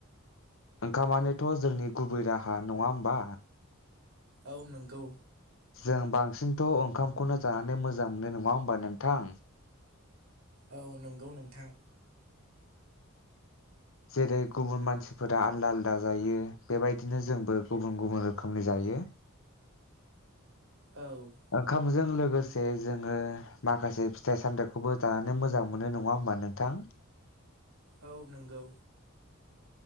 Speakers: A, on the left; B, on the right.
A: ओंखामानोथ' जोंनि गुबै राहा नङा होमबा
B: औ नोंगौ
A: जों बांसिनथ' ओंखामखौनो जानानै मोजां मोनो नङा होमबा नोंथां
B: औ नंगौ नोंथां
A: जेरै गुबुन मानसिफोरा आलदा आलदा जायो बेबायदिनो जोंबो गुबुन गुबुन रोखोमनि जायो
B: औ
A: ओंखामजों लोगोसे जोङो माखासे फिथाइ सामथाइखौबो जानानै मोजां मोनो नङा होमबा नोंथां
B: औ नंगौ